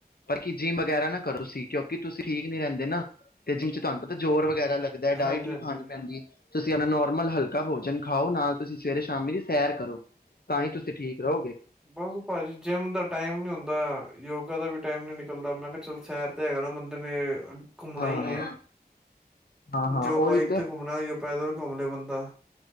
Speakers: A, on the left; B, in the centre.
A: ਪਰ ਜਿੰਮ ਵਗੈਰਾ ਨਾ ਕਰੋ ਤੁਸੀਂ ਕਿਉਂਕਿ ਤੁਸੀਂ ਠੀਕ ਨੀ ਰਹਿੰਦੇ ਨਾ ਤੇ ਜਿੰਮ ਚ ਤੁਹਾਨੂੰ ਪਤਾ ਜ਼ੋਰ ਵ ਵਗੈਰਾ ਲੱਗਦਾ ਹੈ, ਡਾਇਟ
B: ਹਾਂਜੀ
A: ਵੀ
B: ਹਾਂਜੀ
A: ਖਾਣੀ ਪੈਂਦੀ ਏ ਤੁਸੀਂ ਆਪਣਾ ਨੋਰਮਲ ਹਲਕਾ ਭੋਜਨ ਖਾਔ ਨਾਲ ਤੁਸੀਂ ਸਵੇਰੇ ਸ਼ਾਮੀ ਦੀ ਸੈਰ ਕਰੋ। ਤਾਂ ਹੀ ਤੁਸੀਂ ਠੀਕ ਰਹੋਗੇ।
B: ਬਸ ਭਾਜੀ, ਜਿੰਮ ਦਾ ਟਾਈਮ ਨੀ ਹੁੰਦਾ ਯੋਗਾ ਦਾ ਵੀ ਟਾਈਮ ਨਹੀਂ ਨਿਕਲਦਾ। ਮੈਂ ਕਿਹਾ ਚੱਲ ਸੈਰ ਤਾਂ ਹੈਗਾ ਨਾ ਬੰਦੇ ਨੇ ਘੁੰਮਣਾ
A: ਹਾਂ
B: ਹੀ ਹੈ
A: ਹਾਂ ਹਾਂ
B: ਜੋ
A: ਉਹੀ
B: ਬਾਈਕ ਤੇ ਘੁੰਮਣਾ ਜੋ ਪੈਦਲ ਘੁੰਮ ਲਏ ਬੰਦਾ